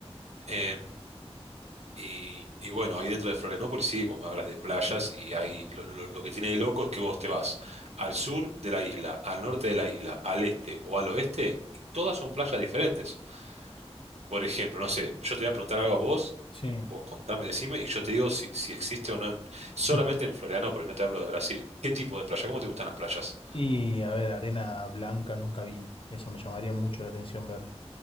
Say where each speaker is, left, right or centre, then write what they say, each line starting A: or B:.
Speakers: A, on the right; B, on the left.
A: Eh, y, y bueno, ahí dentro de Florianópolis, sí, vos me hablas de playas y ahí lo, lo- lo que tiene de loco es que vos te vas al sur de la isla, al norte de la isla, al este o al oeste, y todas son playas diferentes. Por ejemplo, no sé, yo te voy a preguntar algo a vos,
B: Sí.
A: y vos contame, decime, y yo te digo si, si existe o no, en- solamente
B: <laughs>
A: en Florianópolis, no te hablo de Brasil. ¿Qué tipo de playa? ¿Cómo te gustan las playas?
B: Y a ver, arena blanca nunca vi, eso me llamaría mucho la atención ver.